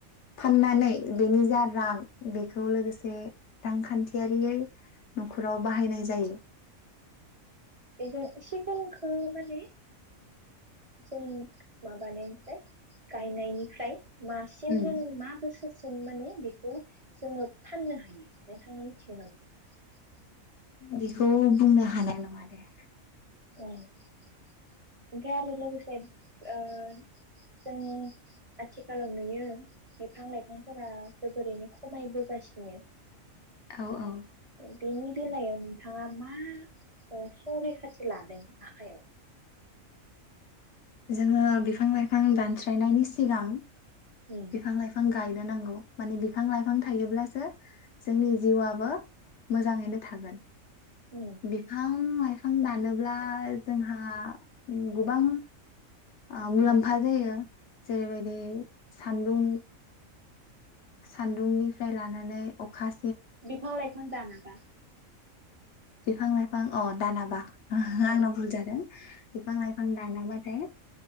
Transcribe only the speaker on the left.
फाननानै बेनि जा रां बेखौ लोगोसे रांखान्थियारियै न'खराव बाहायनाय जायो
उम
बेखौ बुंनो हानाय नंङा दे
औ औ
जोंङो बिफां लाइफां दानस्रायनायनि सिगां
बिफां लाइफां गायनो नांगौ माने बिफां लाइफां थायोब्लासो जोंनि जिउआबो मोजाङैनो थागोन।
बिफां फायफां दानोब्ला जोंहा गोबां ओ मुलाम्फा जायो जेरैबायदि सान्दुं सान्दुंनिफ्राय लानानै अखा
बिफां लाइफां अह दानाबा।
आंना भुल जादों। बिफां लाइफां दानाबाथाय